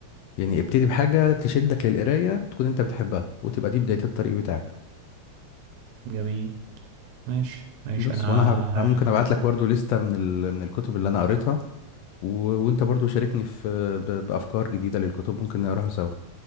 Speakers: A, on the left; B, on the right.
A: يعني ابتدي بحاجة تشدك للقراية تكون انت بتحبها وتبقى دي بداية الطريق بتاعك
B: جميل ماشي ماشي
A: بس
B: أنا
A: وانا هب... ممكن
B: ه-
A: ابعت لك برضو لستة من ال... من الكتب اللي انا قريتها و... وانت برضو شاركني في ب... بافكار جديدة للكتب ممكن نقراها سوا